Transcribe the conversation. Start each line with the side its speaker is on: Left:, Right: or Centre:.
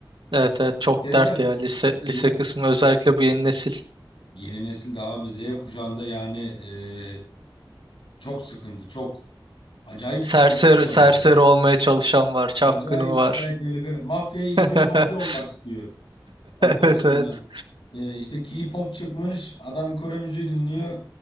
Right: Evet evet çok
Left: Gezde
Right: dert ya lise
Left: şimdi
Right: lise kısmı özellikle bu yeni nesil.
Left: yeni nesilde de abi Z kuşağında yani eee, çok sıkıntı. Çok acayip
Right: Serseri,
Left: tiplemeler var
Right: serseri
Left: yani.
Right: olmaya çalışan var, çapkını
Left: Acayip
Right: var.
Left: acayip böyle böyle mafyayı izliyor
Right: <laughs>
Left: mafya olmak istiyor. Ondan
Right: Evet
Left: sonra
Right: evet.
Left: E, işte K-pop çıkmış. Adam Kore müziği dinliyor.